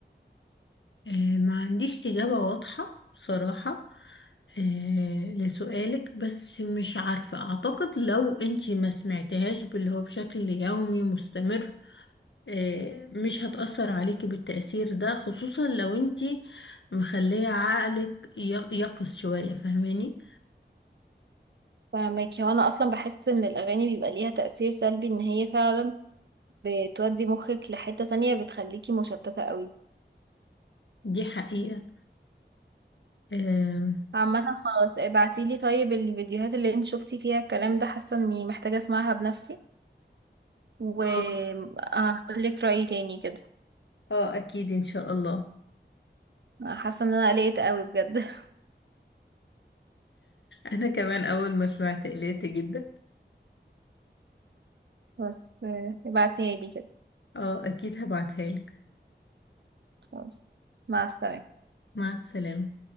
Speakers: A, on the left; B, on the right.
A: آه، ما عنديش إجابة واضحة بصراحة آه، لسؤالك بس مش عارفة أعتقد لو أنتي ما سمعتهاش باللي هو بشكل يومي مستمر آه، مش هتأثر عليكي بالتأثير ده خصوصا لو أنتي مخلية عقلك ي- يقظ شوية فاهماني
B: فاهماكي هو أنا أصلا بحس إن الأغاني بيبقى ليها تأثير سلبي إن هي فعلا بتودي مخك لحتة تانية بتخليكي مشتتة قوي
A: دي حقيقة آه
B: عامة خلاص ابعتيلي طيب الفيديوهات اللي انت شفتي فيها الكلام ده حاسة إني محتاجة أسمعها بنفسي وهقولك
A: آه
B: رأيي تاني كده
A: آه، أكيد إن شاء الله
B: حاسة إن أنا قلقت قوي بجد <laughs>
A: أنا كمان أول ما سمعت قلقت جدا
B: بس ابعتيها لي كده
A: اه اكيد هبعتها لك
B: خلاص مع السلامة
A: مع السلامة